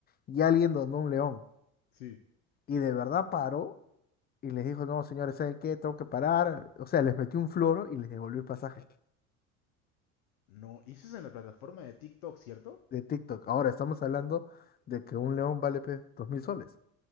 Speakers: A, on the left; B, on the left.
A: y alguien donó un león.
B: Sí.
A: Y de verdad paró y les dijo, no, señores, ¿saben qué? Tengo que parar. O sea, les metió un floro y les devolvió el pasaje
B: No, y eso es en la plataforma de TikTok, ¿cierto?
A: de TikTok. Ahora estamos hablando de que un león vale pues, dos mil soles.